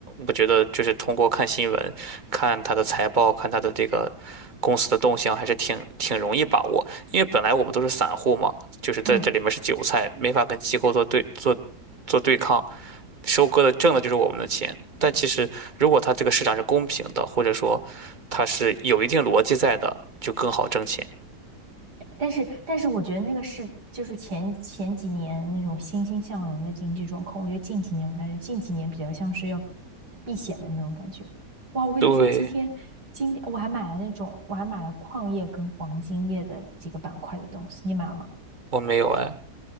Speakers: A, on the right; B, on the right.
A: 我觉得就是通过看新闻、看它的财报、看它的这个公司的动向，还是挺挺容易把握。因为本来我们都是散户嘛，就是在这里面是韭菜，
B: 嗯。
A: 没法跟机构做对做做对抗。收割的挣的就是我们的钱。但其实，如果它这个市场是公平的，或者说它是有一定逻辑在的，就更好挣钱。
B: 但是，但是我觉得那个是就是前前几年那种欣欣向荣的经济状况，我觉得近几年不太是，近几年比较像是要避险的那种感觉。哇，我跟你说，
A: 对，
B: 今天今天我还买了那种，我还买了矿业跟黄金业的几个板块的东西，你买了吗？
A: 我没有哎，